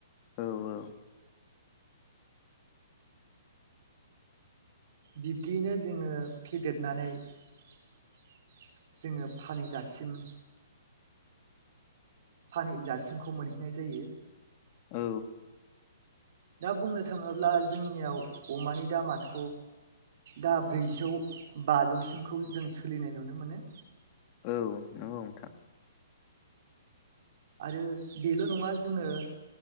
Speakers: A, on the left (about 20°); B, on the right (about 40°).
A: औ औ
B: बिब्दियैनो जोङो फेदेरनानै जोङो फानैजासिम फानैजासिमखौ मोनहैनाय जायो
A: औ
B: दा बुंनो थाङोब्ला जोंनियाव अमानि दामाथ' दा ब्रैजौ बाजौसिमखौ जों सोलिनाय नुनो मोनो
A: औ नंगौ नोंथां
B: आरो बेल' नङा जोङो